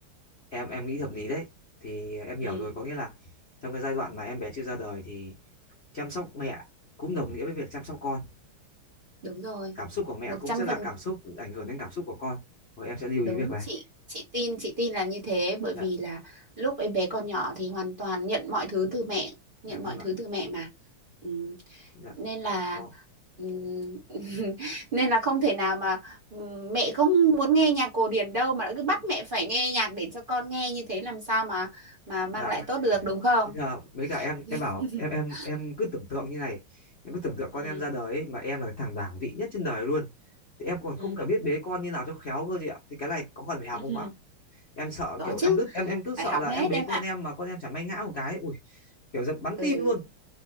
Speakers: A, on the left (about 40°); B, on the right (about 25°).
A: em em nghĩ hợp lý đấy thì em
B: Ừ,
A: hiểu rồi có nghĩa là trong cái giai đoạn mà em bé chưa ra đời thì chăm sóc mẹ cũng đồng nghĩa với việc chăm sóc con
B: đúng rồi.
A: cảm xúc của mẹ
B: một
A: cũng
B: trăm
A: sẽ là
B: phần
A: cảm xúc ảnh hưởng đến cảm xúc của con rồi em sẽ lưu
B: đúng
A: ý việc này
B: chị chị tin chị tin là như thế bởi
A: dạ
B: vì là lúc em bé còn nhỏ thì hoàn toàn nhận mọi thứ từ mẹ, nhận
A: dạ vâng
B: mọi
A: ạ
B: thứ từ mẹ mà. Ừ.
A: dạ
B: nên là
A: có
B: ừm, <laughs> nên là không thể nào mà ừm, mẹ không muốn nghe nhạc cổ điển đâu mà lại cứ bắt mẹ phải nghe nhạc để cho con nghe như thế làm sao mà mà
A: dạ
B: mang lại tốt được đúng không?
A: bây giờ mấy cả em em
B: <laughs>
A: bảo em em em cứ tưởng tượng như này em cứ tưởng tượng con
B: Ừ.
A: em ra đời ấy, mà em là thằng bảng vị nhất trên đời luôn thì em còn
B: Ừ.
A: không cả biết bế con như nào cho khéo cơ chị ạ thì cái này có cần phải học
B: <laughs>
A: không ạ em sợ
B: Có
A: kiểu
B: chứ,
A: em cứ em em cứ sợ
B: phải học
A: là
B: hết
A: em bế
B: em
A: con
B: ạ.
A: em mà con em chả may ngã một cái ui kiểu giật bắn
B: ừ
A: tim luôn